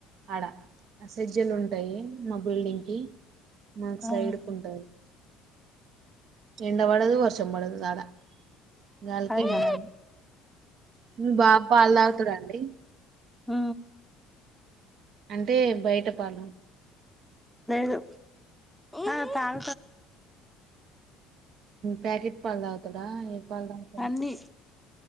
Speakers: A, on the right; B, in the centre.
A: అడ ఆ సజ్జలు ఉంటాయి మా బిల్డింగ్ కి మాకు సైడ్కు
B: ఆహా
A: ఉంటంది ఎండ పడదు వర్షం పోడదు అడ గాలికి
B: అయ్యో
A: ఎండాలి మీ బాబు పాలు తాగుతాడా అండి
B: ఉ
A: అంటే బయట పాలెం
B: నేదు అ తాగ్
A: ప్యాకెట్ పాలు తాగు డా ఏ పాల్ తాగుతాడు
B: అన్ని